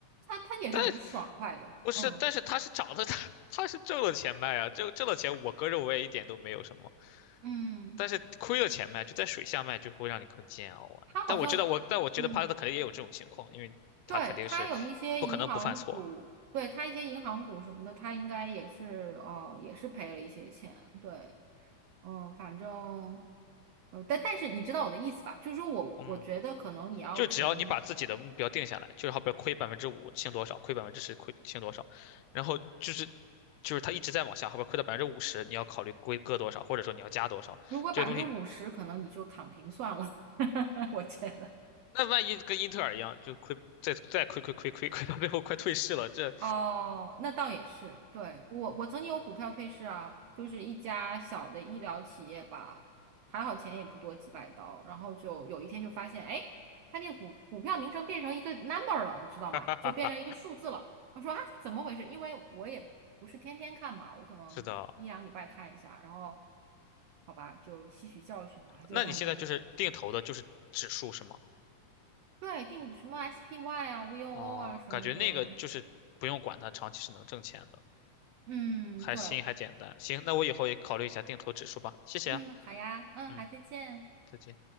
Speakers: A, on the right (about 70°); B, on the left (about 85°).
A: 他他也是很爽快的，
B: 但不是，
A: 嗯
B: 但是他是涨的，他 <laughs> 他是挣了钱卖啊，挣挣了钱，我哥我也一点都没有什么，
A: 嗯，
B: 但是亏了钱卖，就在水下卖就会让你更煎熬啊。
A: 他好像也嗯。
B: 但我知道我，但我觉得帕特肯定也有这种情况，因为他肯定是不可能不犯错，
A: 对，它有一些银行股，对，它一些银行股什么的，它应该也是呃也是赔了一些钱，对，嗯，反正呃，但但是你知道我的意思吧？就是说我我觉得可能你要从
B: 嗯，就只要你把自己的目标定下来，就是好比亏百分之五清多少，亏百分之十亏清多少，然后就是就是他一直在往下，好比亏到百分之五十，你要考虑亏割多少，或者说你要加多少，
A: 如果百分之五十，
B: 这个东西
A: 可能你就躺平算了，<laughs> 我觉得。
B: 那万一跟英特尔一样，就亏再再亏亏亏亏亏到最后快退市了，这
A: 哦，那倒也是。对，
B: <laughs>，
A: 我，
B: 嗯，
A: 我曾经有股票退市啊，就是一家小的医疗企业吧，还好钱也不多，几百刀。然后就有一天就发现，哎，它那个股股票名称变成一个 number 了，你知道吗？
B: 哈哈哈哈
A: 就变成一个数字了。我说啊，怎么回事？因为我也不是天天看嘛，我可能一两礼拜看一下，
B: 是的。
A: 然后好吧，就吸取教训吧，就感觉
B: 那你现在就是定投的，就是指数是吗？
A: 对定什么 SPY 啊、VOO
B: 哦，
A: 啊什么的。
B: 感觉那个就是不用管它，长期是能挣钱的，
A: 嗯，
B: 还新还简单。
A: 对，
B: 行，那我以后也考虑一下定投指数吧。谢谢啊，
A: 嗯，好呀，嗯，
B: 嗯，
A: 好，再见。
B: 再见。